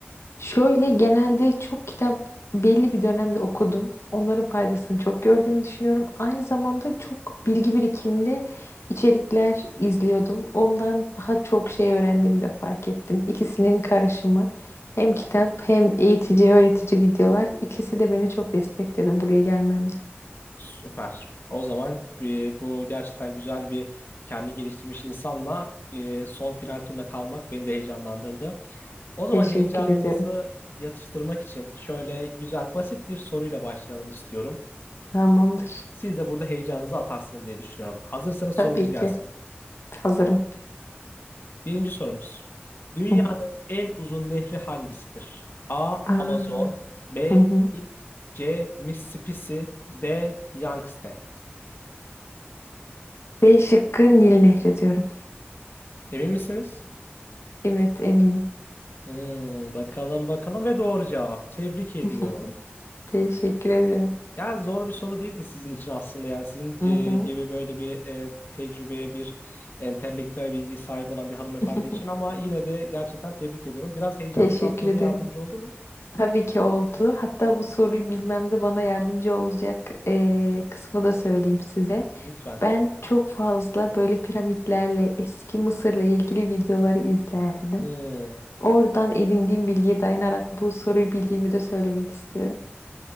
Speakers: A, on the left; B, on the left.
A: Şöyle genelde çok kitap belli bir dönemde okudum. Onların faydasını çok gördüğümü düşünüyorum. Aynı zamanda çok bilgi birikimli içerikler izliyordum. Ondan daha çok şey öğrendiğimi de fark ettim. İkisinin karışımı hem kitap hem eğitici öğretici videolar ikisi de beni çok destekledi buraya gelmemde.
B: Süper. O zaman e, bu gerçekten güzel bir kendi geliştirmiş insanla e, son final turuna kalmak beni de heyecanlandırdı. O zaman
A: Teşekkür
B: heyecanımızı
A: ediyorum.
B: yatıştırmak için şöyle güzel basit bir soruyla başlayalım istiyorum.
A: Tamamdır.
B: Siz de burada heyecanınızı atarsınız diye düşünüyorum. Hazırsanız
A: Tabii
B: sorumuz gelsin.
A: ki hazırım.
B: Birinci sorumuz. Dünyanın
A: Hı.
B: en uzun nehri hangisidir? A.
A: Aa,
B: Amazon B.
A: Hı hı.
B: Nil C. Mississippi D. Yangtze
A: B şıkkı Nil Nehri diyorum.
B: Emin misiniz?
A: Evet eminim.
B: Hmm, bakalım bakalım ve doğru cevap. Tebrik ediyorum.
A: <laughs> Teşekkür ediyorum.
B: Ya zor bir soru değildi sizin için aslında. Yani sizin
A: Hı
B: e,
A: hı.
B: gibi böyle bir e, tecrübeye bir entelektüel bilgi sahip olan bir hanımefendi
A: <laughs>
B: için ama yine de gerçekten tebrik ediyorum. Biraz heyecanınızı
A: Teşekkür
B: atmanıza
A: ederim.
B: yardımcı oldu mu?
A: Tabii ki oldu. Hatta bu soruyu bilmemde bana yardımcı olacak eee, kısmı da söyleyeyim size.
B: Lütfen.
A: Ben çok fazla böyle piramitlerle, eski Mısır'la ilgili videoları izlerdim.
B: Hmm.
A: Oradan edindiğim bilgiye dayanarak bu soruyu bildiğimi de söylemek istiyorum.